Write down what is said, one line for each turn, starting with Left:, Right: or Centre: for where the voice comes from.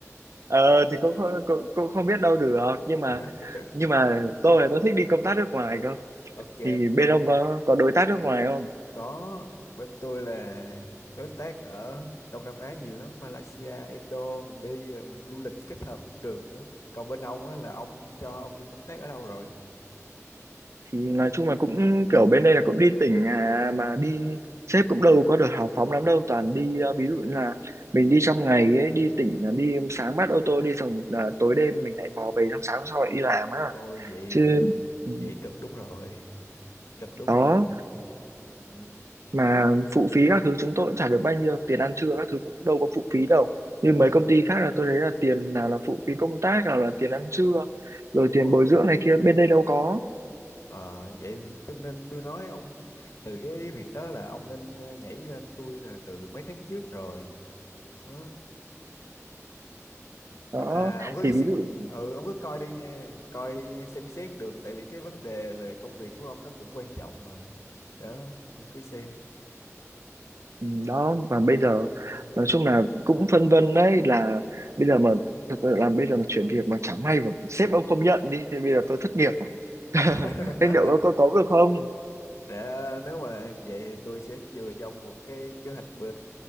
Right: ờ, thì cũng, không- cũng cũng không biết đâu được nhưng mà
Left: <laughs>
Right: nhưng mà tôi tôi thích đi công tác nước ngoài cơ
Left: Ok.
Right: thì bên ông có có đối tác nước ngoài không
Left: Có, bên tôi là đối tác ở Đông Nam Á nhiều lắm, Malaysia, Indo, mình đi rồi mình du lịch kết hợp cũng được nữa. Còn bên ông á là ông cho ông đi công tác ở đâu rồi?
Right: thì nói chung là cũng kiểu bên đây là cũng đi tỉnh à, mà đi sếp cũng đâu có được hào phóng lắm đâu toàn đi ờ, ví dụ như là mình đi trong ngày ấy đi tỉnh là đi sáng bắt ô tô đi xong là tối đêm mình lại mò về xong sáng hôm sau lại đi làm á
Left: Ôi vậy
Right: chứ
Left: cực,
Right: ừ,
Left: vậy cực đúng rồi, cực đúng
Right: đó
Left: rồi. Ừ.
Right: mà phụ phí các thứ chúng tôi cũng trả được bao nhiêu tiền ăn trưa các thứ cũng đâu có phụ phí đâu như mấy
Left: <laughs>
Right: công ty khác là tôi thấy là tiền nào là phụ phí công tác nào là tiền ăn trưa rồi
Left: Đúng
Right: tiền
Left: rồi.
Right: bồi dưỡng này kia bên đây đâu có
Left: Ờ, vậy tôi nên tôi nói ông từ cái việc đó là ông nên ờ, nhảy ra tôi là từ mấy tháng trước rồi. Ừ. nhưng
Right: đó
Left: mà ông cứ
Right: thì
Left: xét-
Right: ví dụ
Left: ừ ông cứ coi đi nha coi xem xét được tại vì cái vấn đề về công việc của ông nó cũng quan trọng mà đó ông cứ xem
Right: ừ, đó và bây giờ nói chung là cũng phân vân đấy là bây giờ mà thật sự là bây giờ mà chuyển việc mà chẳng may mà sếp ông không nhận đi thì bây giờ tôi thất nghiệp à? <laughs>
Left: <laughs>
Right: thế liệu có có cấu được không
Left: để nếu mà vậy thì tôi sẽ chừa cho ông một cái kế hoạch B